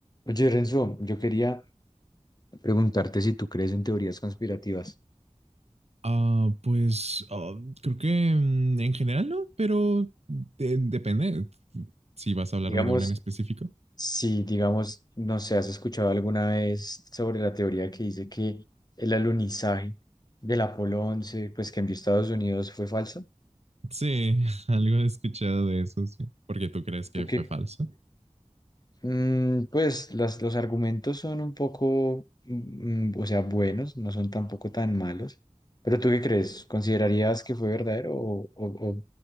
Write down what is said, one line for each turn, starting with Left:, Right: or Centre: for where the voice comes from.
Left: Oye, Renzo, yo quería preguntarte si tú crees en teorías conspirativas.
Right: Ah, pues ah, creo que mm, en general no, pero de- depende si vas a hablarme
Left: Digamos,
Right: de una en específico.
Left: si, digamos, no sé, has escuchado alguna vez sobre la teoría que dice que el alunizaje del Apolo 11, pues que envió Estados Unidos fue falso.
Right: Sí, <laughs> algo he escuchado de eso, sí. Porque tú crees
Left: ¿Y
Right: que
Left: tú qué?
Right: fue falso.
Left: Mm, pues las, los argumentos son un poco, mm, o sea, buenos, no son tampoco tan malos. Pero ¿tú qué crees? ¿Considerarías que fue verdadero o, o, o